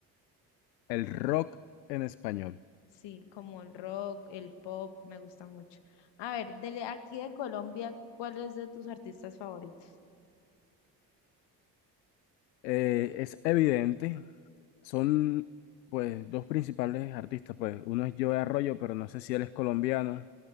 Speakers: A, on the left; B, on the left.
A: El rock en español.
B: Sí, como el rock, el pop, me gusta mucho. A ver, de aquí de Colombia, ¿cuál es de tus artistas favoritos?
A: Eh, es evidente Son pues dos principales artistas, pues uno es Joe Arroyo, pero no sé si él es colombiano,